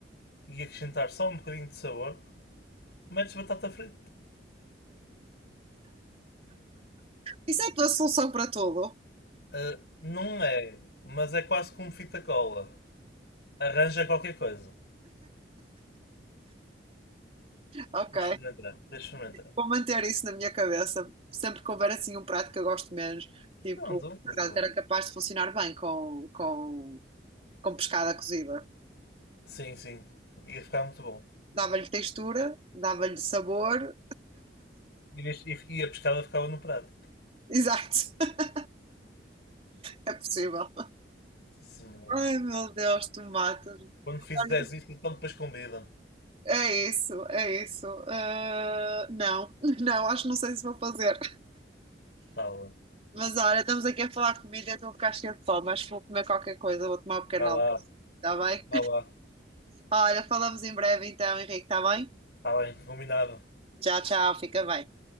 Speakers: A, on the left; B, on the right.
A: e acrescentar só um bocadinho de sabor, metes batata frita.
B: Isso é a tua solução para tudo.
A: Ah, não é, mas é quase como fita cola. Arranja qualquer coisa.
B: Ok.
A: Deixa eu experimentar. Deixa eu experimentar.
B: Vou manter isso na minha cabeça. Sempre que houver assim um prato que eu gosto menos, tipo,
A: Pronto,
B: por
A: estás
B: acaso
A: a ver?
B: era capaz de funcionar bem com, com, com pescada cozida.
A: Sim, sim. Ia ficar muito bom.
B: Dava-lhe textura, dava-lhe sabor.
A: E, este- e- e a pescada ficava no prato.
B: Exato. <laughs> É possível.
A: Sim, senhora.
B: Ai, meu Deus, tu matas-me.
A: Quando fizeres
B: Olha,
A: isso, então depois convida-me.
B: É isso, é isso. Ah, não, <laughs> não, acho que não sei se vou fazer.
A: Tá bem.
B: Mas olha, estamos aqui a falar de comida e eu estou a ficar cheia de fome. Acho que vou comer qualquer coisa, vou tomar um pequeno
A: Vai
B: almoço,
A: lá,
B: está bem?
A: vai lá.
B: Olha, falamos em breve então, Henrique, está bem?
A: Tá bem, combinado.
B: Tchau, tchau, fica bem.